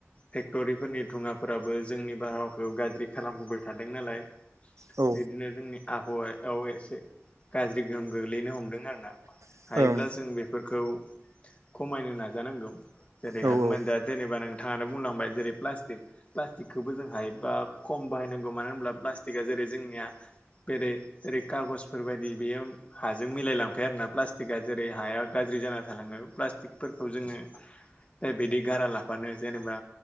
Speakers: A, on the left; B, on the right.
A: फेक्टरिफोरनि धुङाफोराबो जोंनि बारहावखौ गाज्रि खालामबोबाय थादों नालाय
B: औ
A: बिदिनो जोंनि आबहावायाव एसे गाज्रि गोहोम गोग्लैनो हमदों आरोना
B: ओं
A: हायोब्ला जों बेफोरखौ खमायनो नाजानांगौ जेरै
B: औ
A: हागौमोन
B: औ
A: दा जेनेबा नों थांनानै बुंलांबाय जेरै प्लास्टिक प्लास्टिकखौबो जों हायोबा खम बाहायनांगौ मानो होनोब्ला प्लास्टिकआ जेरै जोंनिया बेरे जेरै खागस बेफोरबायदि बेयो हाजों मिलायलांफाया आरोना प्लास्टिकआ जेरै हाया गाज्रि जाना थालाङो प्लास्टिकफोर खौ जोङो दा बिदि गारा लाबानो जेनेबा